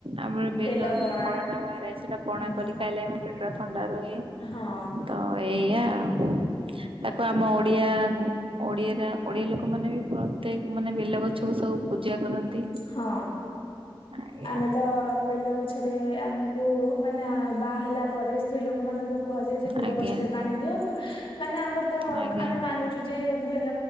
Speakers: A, on the right; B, on the left.
A: ଆମ ବେଲର
B: ବେଲ ପଣା
A: ଯୋଉ ଫଳଟା ବାହାରେ ସେଟା ପଣା
B: ହୁଁ
A: କରି ଖାଇଲେ ଆମ ପେଟ୍ ପେଟ ଥଣ୍ଡା ରୁହେ
B: ହଁ
A: ତ ଏଇଆ ଆଉ। ତାକୁ ଆମ ଓଡିଆ ଉଁ ଓଡିଆରେ ଓଡିଆ ଲୋକମାନେ ବି ପ୍ରତ୍ୟେକ ମାନେ ବେଲ ଗଛକୁ ସବୁ ପୂଜା କରନ୍ତି।
B: ହଁ
A: ଆଜ୍ଞା
B: ଆମେ ତ ବେଲ ଗଛରେ ଆମ୍ କୁ ମାନେ ବାହା ହେଲା ପରେ ସ୍ତ୍ରୀ ଲୋକ ମାନଙ୍କୁ କୁହାଯାଏ ଯେ ବେଲଗଛରେ
A: ଆଜ୍ଞା
B: ପାଣି ଦିଅନ୍ତୁ। ମାନେ ଆମର ତ
A: ଆଜ୍ଞା
B: ଆମେ ମାନୁଚୁ ଯେ ବେଲ